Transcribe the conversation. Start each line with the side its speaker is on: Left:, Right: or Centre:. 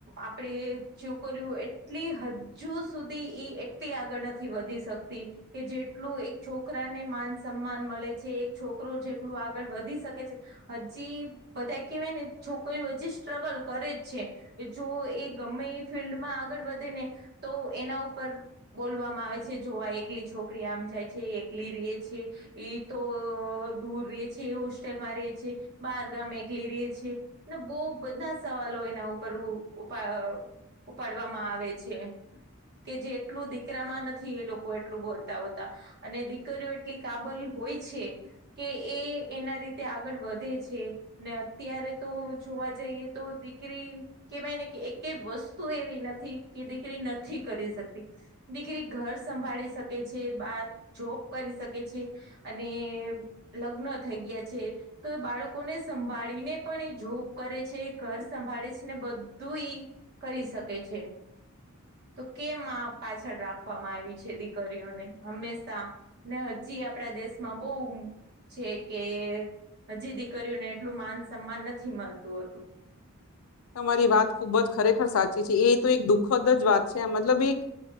Right: આપડે છોકર્યું એટલી હજુ સુધી એ એટલી આગળ નથી વધી શકતી કે જેટલું એક છોકરાને માન સન્માન મળે છે એક છોકરો જેટલું આગળ વધી શકે છે હજી બધા કેવાય ને છોકરીઓ હજી સ્ટ્રગલ કરે જ છે. જો એ ગમે એ ફિલ્ડમાં આગળ વધે ને તો એના ઉપર બોલવામાં આવે છે જો આ એકલી છોકરી આમ જાય છે એકલી રીયે છે. એ તો દૂર રીયે છે એ હોસ્ટેલમાં રીયે છે. બહાર ગામ એકલી રેય છે ને બહુ બધા સવાલો એના ઉપર ઉપા અહ ઉપાડવામાં આવે છે. કે જેટલું દીકરામાં નથી એ લોકો એટલું બોલતા હોતા અને દીકરીઓ એટલી કાબલ હોય છે કે એ એના રીતે આગળ વધે છે. ને અત્યારે તો જોવા જઈએ તો દીકરી કેહવાય ને કે એકે વસ્તુ એવી નથી કે દીકરી નથી કરી શકતી. દીકરી ઘર સંભાળી શકે છે બાર જોબ કરી શક કે છે અને લગ્ન થઈ ગયા છે. તો બાળકોને સંભાળીને પણ એ જોબ કરે છે ઘર સંભાળે છે ને બધુ ઈ કરી શકે છે. તો કેમ આ પાછળ રાખવામાં આયવી છે દીકરીઓને હંમેશા. ને હજી આપડા દેશમાં બઉ છે કે હજી દીકરીયોને એટલું માન સન્માન નથી મલતું હતું.
Left: તમારી વાત ખૂબ જ ખરેખર સાચી છે એ તો એક દુઃખદ જ વાત છે મતલબ એક